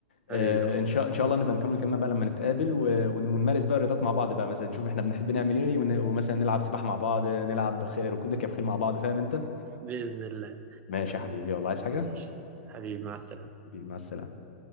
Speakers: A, on the right; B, on the left.
A: حبيبي
B: آه،
A: يا اخويا
B: ان شاء ان شاء الله نبقى نكمل كلامنا بقى لما نتقابل و- ون- ونمارس بقى الرياضات مع بعض بقى مثلا نشوف احنا بنحب نعمل ايه ون- ومثلا نلعب سباحة مع بعض نلعب خيل ونركب خيل مع بعض فاهم انت
A: باذن الله
B: ماشي يا حبيبي والله عايز حاجة
A: ماشي حبيبي مع السلامه
B: حبيبي مع السلامة